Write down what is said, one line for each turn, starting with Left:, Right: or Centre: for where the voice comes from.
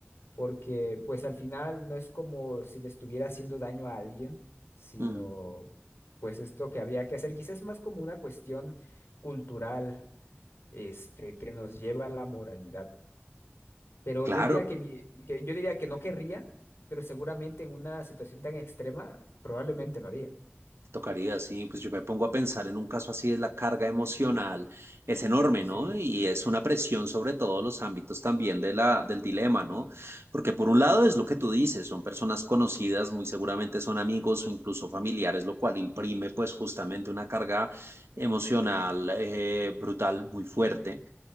Left: porque pues al final no es como si le estuviera haciendo daño a alguien, sino
Right: mm,
Left: pues es lo que habría que hacer, quizás es más como una cuestión cultural, este, que nos lleva a la moralidad. Pero
Right: claro.
Left: yo diría que, mi- <laughs> que yo diría que no querría, pero seguramente en una situación tan extrema probablemente lo haría.
Right: Tocaría, sí, pues yo me pongo a pensar en un caso así, es la carga emocional es enorme,
Left: Sí,
Right: ¿no? Y es una presión sobre todos los ámbitos también de la, del dilema, ¿no? Porque por un lado es lo que tú dices, son personas conocidas, muy seguramente son amigos o incluso familiares, lo cual imprime pues justamente una carga emocional eh, brutal, muy fuerte.